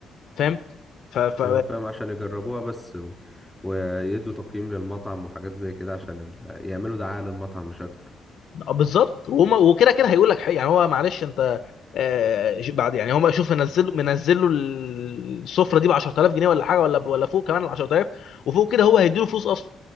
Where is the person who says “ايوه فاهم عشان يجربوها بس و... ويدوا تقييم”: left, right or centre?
Centre